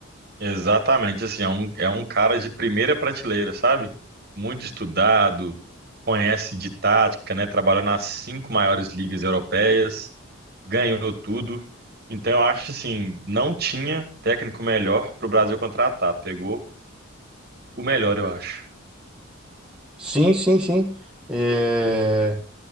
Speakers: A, on the right (about 45°); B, in the centre.
A: Exatamente, assim, é um, é um cara de primeira prateleira, sabe? Muito estudado, conhece de tática, né? Trabalhou nas cinco maiores ligas europeias, ganhou tudo. Então, eu acho assim, não tinha técnico melhor para o Brasil contratar. Pegou o melhor, eu acho.
B: Sim, sim, sim. É,